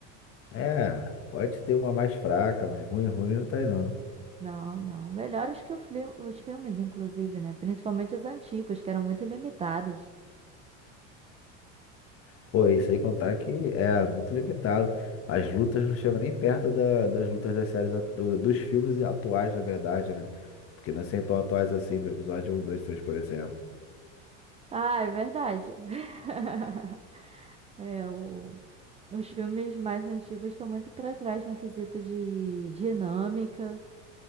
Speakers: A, on the left (about 40°); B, on the right (about 20°).
A: É, pode ter uma mais fraca, mas ruim, ruim não tem não.
B: Não, não. Melhores que o fli- os filmes, inclusive, né? Principalmente os antigos, que eram muito limitados.
A: Pô, e sem contar que era muito limitado. As lutas não chegam nem perto da- das lutas das séries, atu- do- dos filmes atuais, na verdade, né? Porque não são tão atuais assim, do episódio um dois três por exemplo.
B: Ah, é verdade. <laughs> É, o... Os filmes mais antigos estão muito para trás no quesito de dinâmica.